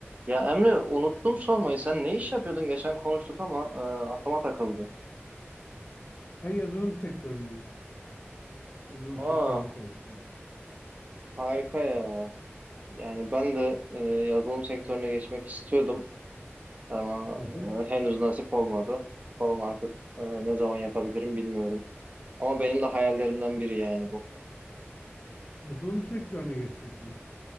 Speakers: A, on the right (about 35°); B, on the left (about 40°).
A: Ya Emre unuttum sormayı. Sen ne iş yapıyordun? Geçen konuştuk ama e, aklıma takıldı.
B: Ben yazılım sektöründeyim. Yazılım
A: Aa
B: sektöründe çalışıyorum.
A: harika ya. Yani ben de e, yazılım sektörüne geçmek istiyordum ama
B: Hı hı.
A: e, henüz nasip olmadı. Bakalım artık e, ne zaman yapabilirim bilmiyorum. Ama benim de hayallerimden biri yani bu.
B: Yazılım sektörüne geçmek mi?